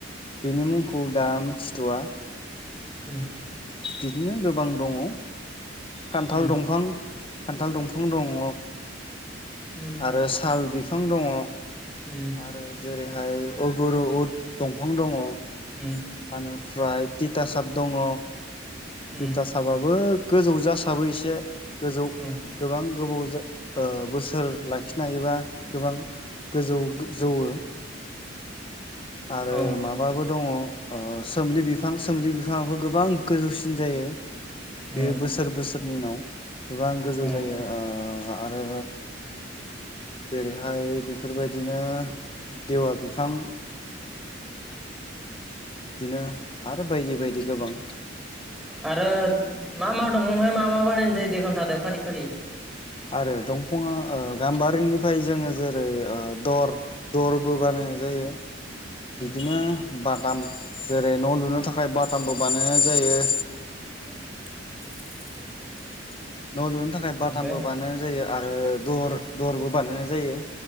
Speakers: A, on the left (about 30°); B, in the centre.
A: बेनि मुंखौ दा मिथिथ'आ
B: हम
A: बिदिनो गोबां दङ। खान्थाल
B: उम
A: दंफां खान्थाल दंफां दङ
B: उम
A: आरो साल बि फां दङ
B: उम
A: आरो जेरैहाय अगुरु उद दंफां दङ
B: उम
A: आनिफ्राइ तिथासाप दङ
B: उम
A: तिथासाबाबो गोजौ जासाबो एसे गोजौ
B: औ
A: गोबां गोबाव जा ओ बोसोर लाखिनो हायोबा गोबां गोजौ गो जौवो आरो
B: औ
A: माबाबो दङ ओ सोमलि बिफां सोमलि बिफाङाबो गोबां गोजौसि सिम जायो
B: औ
A: बेयो बोसोर बोसोरनि उनाव गोबां गोजौ
B: औ
A: जायो ओ आ आरो जेरैहाय बेफोरबायदिनो देवा बिफां बिदिनो आरो बायदि बायदि गोबां
B: आरो मा मा दंफांनिफ्राय मा मा बानायनाय जायो दे खोन्थादे फारि फारि
A: आरो दंफाङा ओ गाम्बारिनिफाय जोङो जेरै ओ दर दरबो बानायनाय जायो
B: उम
A: बिदिनो बा टाम जेरै न' लुनो थाखाय बाटामबो बानायनाय जायो
B: <inaudible>
A: न' लुनो थाखाय बाटामबो
B: ओमफ्राय
A: बानायनाय जायो आरो दर दरबो बानायनाय जायो